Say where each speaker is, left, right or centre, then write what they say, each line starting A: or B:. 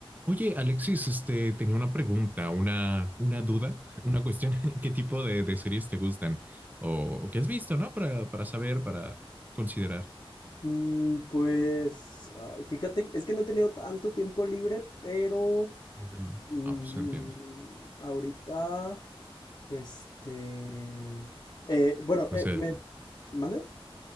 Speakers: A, on the right; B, on the left.
A: Oye, Alexis, este, tenía una pregunta, una, una duda, una cuestión. <laughs> ¿Qué tipo de, de series te gustan? O, o qué has visto, ¿no? Para, para saber, para considerar.
B: Mm, pues, ay, fíjate, es que no he tenido tanto tiempo libre, pero
A: Uy,
B: mm,
A: ah, pues se entiende.
B: ahorita, este, eh, bueno,
A: No
B: eh,
A: sé,
B: me, ¿mande?